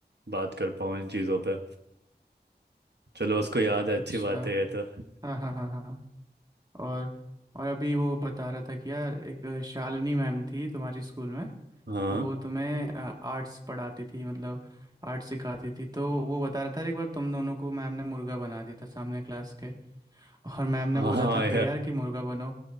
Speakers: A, on the right; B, on the right.
A: बात कर पाऊँ इन चीज़ों पे चलो उसको याद है
B: अच्छा
A: अच्छी बात है ये तो
B: हाँ हाँ हाँ हाँ और और अभी वो बता रहा था कि यार एक अ, शालिनी मैम थी तुम्हारी स्कूल में
A: <laughs> हाँ
B: तो वो तुम्हें आर्ट्स पढ़ाती थी मतलब आर्ट्स सिखाती थी तो वो बता रहा था एक बार तुम दोनों को मैम ने मुर्गा बना दिया था सामने क्लास के और मैम ने
A: हाँ
B: बोला था फिर यार कि मुर्गा बनो